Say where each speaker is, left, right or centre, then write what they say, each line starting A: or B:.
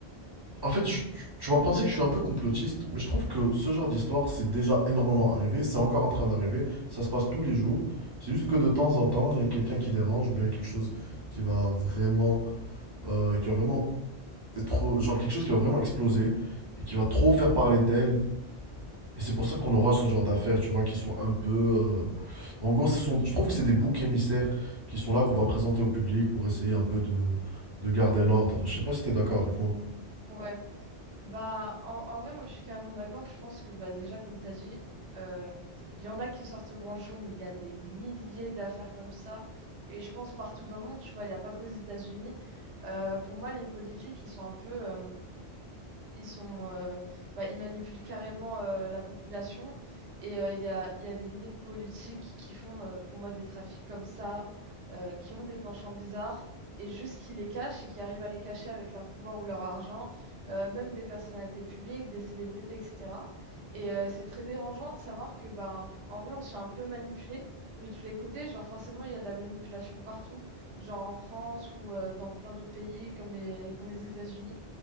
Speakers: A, on the right (about 40°); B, on the right (about 90°).
A: En fait, tu, tu- tu vas penser que je suis un peu complotiste, mais je trouve que ce genre d'histoire, c'est déjà énormément arrivé, c'est encore en train d'arriver, ça se passe tous les jours. C'est juste que de temps en temps, il y a quelqu'un qui dérange ou bien quelque chose qui va vraiment. euh, qui va vraiment être. Genre quelque chose qui va vraiment exploser et qui va trop faire parler d'elle et c'est pour ça qu'on aura ce genre d'affaires, tu vois, qui sont un peu... euh, En gros, ce sont... je trouve que c'est des boucs émissaires qui sont là, qu'on va présenter au public pour essayer un peu de, de garder l'ordre. Je sais pas si t'es d'accord avec moi.
B: Ouais. Bah, en, en vrai, moi, je suis carrément d'accord. Je pense que, bah, déjà, comme tu as dit, euh, il y en a qui sortent au grand jour, mais il y a des milliers d'affaires comme ça. Et je pense partout dans le monde, tu vois, il n'y a pas qu'aux États-Unis. Euh, pour moi, les politiques, ils sont un peu... euh, ils sont, euh, bah, ils manipulent carrément euh, la population. Et euh, il y a, il y a des milliers de politiques qui font, euh, pour moi, des trafics comme ça, euh, qui ont des penchants bizarres, et juste qui les cachent et qui arrivent à les cacher avec leur pouvoir ou leur argent, euh, même des personnalités publiques, des célébrités, etc. Et euh, c'est très dérangeant de savoir que, bah, en vrai, on se fait un peu manipuler. de tous les côtés, genre forcément il y a de la manipulation partout, genre en France ou euh, dans plein d'autres pays comme les, comme les États-Unis.